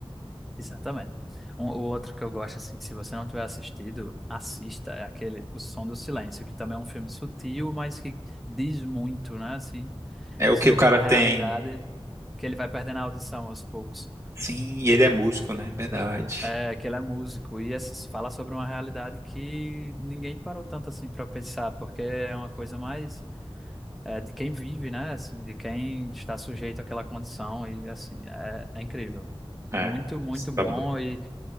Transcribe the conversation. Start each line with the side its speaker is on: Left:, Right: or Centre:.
Centre: Exatamente. Um, o outro que eu gosto, assim, que se você não tiver assistido, assista, é aquele O Som do Silêncio, que também é um filme sutil, mas que diz muito, né, assim,
Right: É o
Centre: sobre
Right: que o cara
Centre: uma realidade
Right: tem.
Centre: que ele vai perdendo a audição aos poucos.
Right: Sim, e ele é músico, né? Verdade.
Centre: É, que ele é músico e assim, fala sobre uma realidade que ninguém parou tanto assim para pensar, porque é uma coisa mais é, de quem vive, né, assim, de quem está sujeito àquela condição e assim, é, é incrível.
Right: É.
Centre: Muito, muito bom
Right: Tá bom.
Centre: E